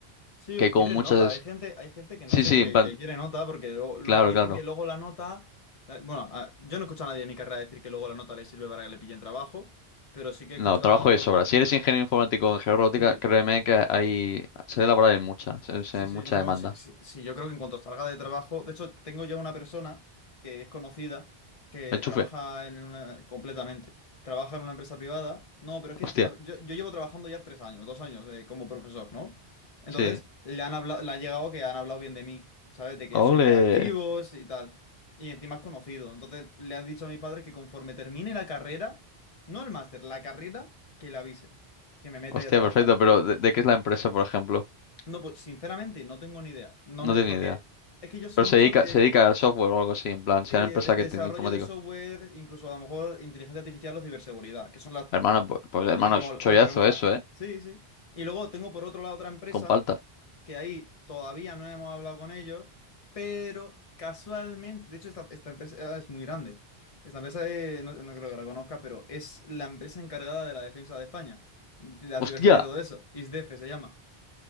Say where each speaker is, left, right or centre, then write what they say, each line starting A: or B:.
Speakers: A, on the left; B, on the left.
A: Sí,
B: que
A: o que
B: con
A: quieren
B: muchas...
A: nota. Hay gente, hay gente que
B: Sí,
A: no sé
B: sí,
A: que,
B: en plan,
A: que quiere nota porque luego, luego
B: claro,
A: dicen
B: claro.
A: que luego la nota. la- Bueno, a- yo no he escuchado a nadie de mi carrera decir que luego la nota le sirve para que le pillen trabajo, pero sí que he
B: No,
A: escuchado.
B: trabajo de sobra. Si eres ingeniero informático en georótica,
A: Sí.
B: créeme que hay... Se ve laboral en mucha, se, se-
A: Sí, sí,
B: mucha
A: no,
B: demanda.
A: no, sí, sí, sí, yo creo que en cuanto salga de trabajo, de hecho, tengo ya una persona que es conocida que
B: Enchufe,
A: trabaja en una, completamente, trabaja en una empresa privada, no, pero es que
B: hostia,
A: encima, yo, yo llevo trabajando ya tres años, dos años eh, como profesor, ¿no? Entonces,
B: sí.
A: le han hablado, le ha llegado que han hablado bien de mí, ¿sabes? De que
B: Ole.
A: soy muy activo sí, y tal, y encima es conocido, entonces le ha dicho a mis padres que conforme termine la carrera, no el máster, la carrera, que le avise, que me meta
B: Hostia,
A: ahí a trabajar.
B: perfecto, pero ¿de, de qué es la empresa, por ejemplo?
A: No, pues sinceramente no tengo ni idea. No
B: No
A: me,
B: tengo
A: porque
B: ni idea.
A: es que yo soy
B: Pero
A: mucho
B: se dedica,
A: de,
B: se dedica al software o algo así, en plan,
A: sí,
B: sea una empresa
A: de- de desarrollo
B: que tiene informáticos.
A: de software, incluso a lo mejor inteligencia artificial o ciberseguridad, que son las,
B: Hermano, pu- pues, hermano,
A: lo que me
B: es
A: mola,
B: chollazo
A: lo que me mola.
B: eso, ¿eh?
A: Sí, sí. Y luego tengo por otro lado otra empresa
B: Con palta.
A: que ahí todavía no hemos hablado con ellos, pero casualmente, de hecho esta, esta empresa ah, es muy grande. Esta empresa eh, no, no creo que la conozca, pero es la empresa encargada de la defensa de España, de la
B: ¡Hostia!
A: ciberseguridad y todo eso. ISDEFE se llama.